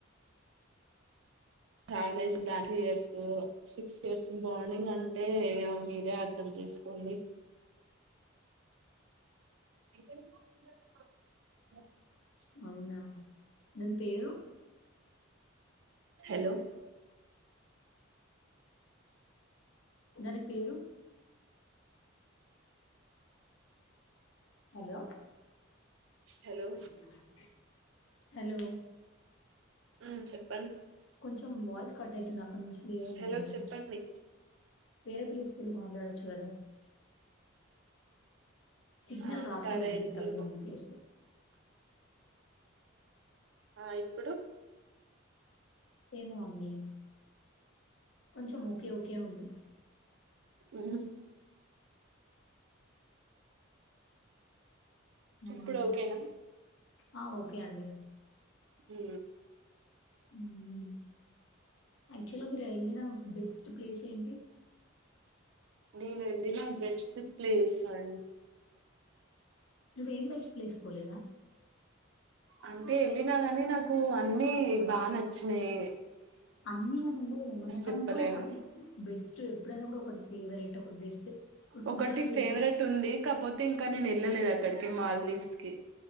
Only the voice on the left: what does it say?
అవునా దాన్ పేరు
దాని పేరు హలో
<inaudible> హలో
కొంచెం వాయిస్ కట్ అయితుంది అక్కడ్నుంచి లేవండిమీరు
వేరే ప్లేసుకెళ్ళి మాట్లాడొచ్చు కదా సిగ్నల్
రాట్లేదనుకుంటా
మేమున్న ప్లేస్ లో
ఏమో అండీ కొంచెం ఓకే ఓకే ఉంది
ఊ
ఆ ఓకే అండి
ఉ నేను ఆక్చువల్గా మీరెళ్ళిన బెస్ట్ ప్లేస్ ఏంటి
నువ్వేం బెస్ట్ ప్లేస్ పోలేదా
అన్ని అని ఉండదు గదా మనకంటూ
ఒకటి ఎప్పుడైనా కూడా ఒకటి ఫేవరెట్ ఒకటి బెస్ట్. ఇప్పుడు ఫుడ్‌లో
మీరేవో